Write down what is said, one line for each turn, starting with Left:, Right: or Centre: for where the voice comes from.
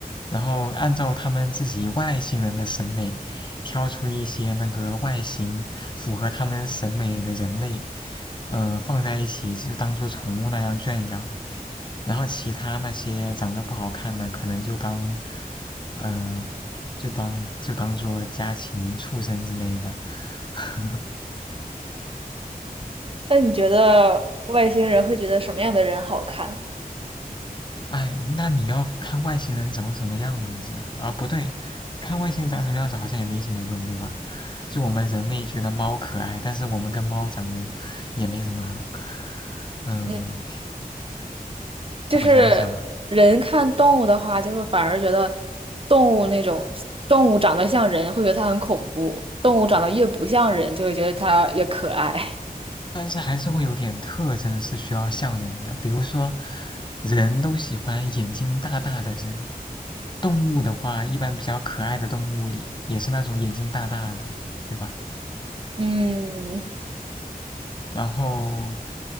Left: 然后按照他们自己外星人的审美，挑出一些那个外形符合他们审美的人类，呃，放在一起就当做宠物那样圈养，然后其他那些长得不好看的，可能就当，呃，就当就当做家禽、畜生之类的。<laughs>
Right: 那你觉得外星人会觉得什么样的人好看？
Left: 哎，那你要看外星人长什么样子啊？不对，看外星人长什么样子好像也没什么用，对吧？就我们人类觉得猫可爱，但是我们跟猫长得也没什么。嗯，
Right: 嗯。就是人看动物的话，
Left: 我想想啊，
Right: 就会反而觉得动物那种动物长得像人，会觉得它很恐怖；动物长得越不像人，就会觉得它越可爱。<laughs>
Left: 但是还是会有点特征是需要像人的，比如说，人都喜欢眼睛大大的人，动物的话，一般比较可爱的动物也也是那种眼睛大大的，对吧？
Right: 嗯，
Left: 然后